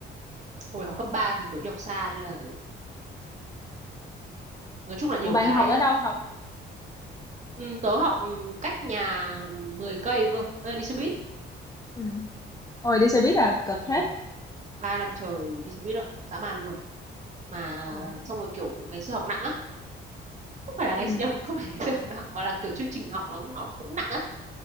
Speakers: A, on the right; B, on the left.
A: Hồi học cấp
B: ừ.
A: 3 thì kiểu đi học xa nên là nói chung là nhiều
B: Ủa bạn
A: cái
B: học ở đâu học?
A: ừ, tớ học ừ, cách nhà 10 cây cơ, Ê, đi xe buýt.
B: ừ. Ôi đi xe buýt à, cực
A: Ừ,
B: thế.
A: 3 năm trời đi xe buýt đó, dã man luôn. Mà
B: Ờ.
A: xong rồi kiểu ngày xưa học nặng á, không phải là
B: ừ.
A: ngày <laughs> nhầm, không phải ngày xưa học nặng mà là kiểu chương trình học nó nó cũng nặng á.